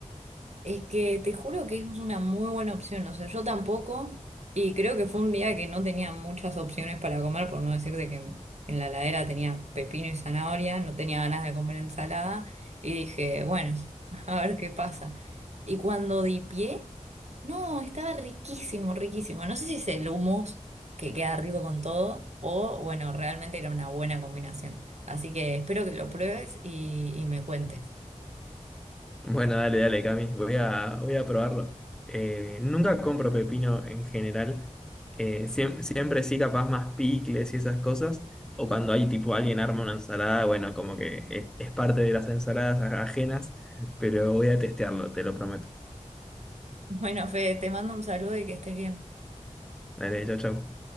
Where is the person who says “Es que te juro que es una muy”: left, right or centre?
Right